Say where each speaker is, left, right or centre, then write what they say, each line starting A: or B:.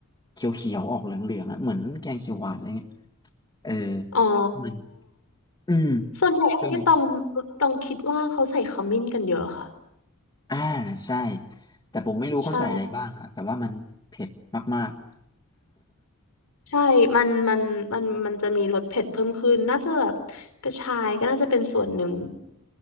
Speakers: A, on the left (about 20°); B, on the left (about 85°).
A: เขียวๆออกเหลืองๆอ่ะเหมือนแกงเขียวหวานอะไรเงี้ยเออ
B: อ๋อ
A: ซึ่งมันอืม
B: ส่วนใหญ่ที่ตอง
A: ก็เลย
B: ตองคิดว่าเขาใส่ขมิ้นกันเยอะค่ะ
A: อ่าใช่แต่ผมไม่รู้เขาใส่อะไรบ้างอ่ะแต่ว่ามันเผ็ดมากๆ
B: ใช่ใช่มันมันมันมันจะมีรสเผ็ดเพิ่มขึ้นน่าจะแบบกระชายก็น่าจะเป็นส่วนหนึ่ง